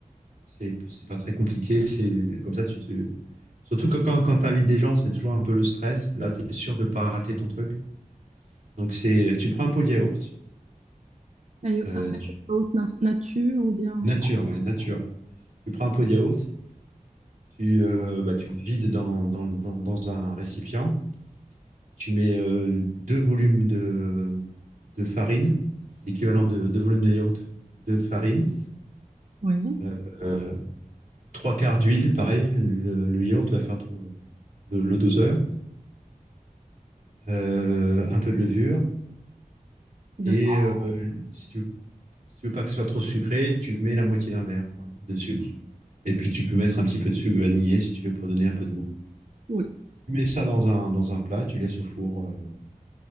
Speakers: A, on the right; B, on the right.
A: C'est c'est pas très compliqué. C'est comme ça, tu te... Surtout que quand, quand tu invites des gens, c'est toujours un peu le stress. Là, tu es sûr de pas rater ton truc. Donc, c'est, tu prends un pot de yaourt.
B: aïe-
A: euh,
B: ah,
A: tu-
B: haute na- nature ou bien.
A: nature, ouais, nature. Tu prends un pot de yaourt, tu, euh, bah, tu le vides dans, dans, dans, dans un récipient. Tu mets euh, deux volumes de, de farine, l'équivalent de deux volumes de yaourt de farine.
B: Oui.
A: Euh, euh, trois quarts d'huile, pareil. Le, le yaourt va faire ton, le, le doseur. euh, un peu de levure,
B: D'accord.
A: et euh, si tu, si tu veux pas que ce soit trop sucré, tu mets la moitié d'un verre quoi, de sucre. Et puis tu peux mettre un petit peu de sucre vanillé si tu veux pour donner un peu de goût.
B: Oui.
A: Tu mets ça dans un, dans un plat, tu laisses au four euh,